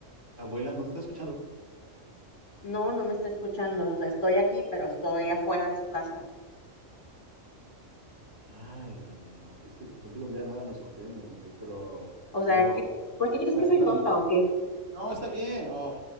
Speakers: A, on the right (about 65°); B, on the left (about 70°).
A: abuela, no te está escuchando.
B: No, no me está escuchando, o sea, estoy aquí, pero estoy afuera de su casa.
A: Ay, Dios mío, es que contigo ya nada me sorprende, me caí, pero,
B: O sea,
A: pero,
B: ¿qué- ¿por qué crees
A: ah,
B: que soy
A: espérame,
B: tonta
A: espérame.
B: o qué?
A: No, está bien, oh,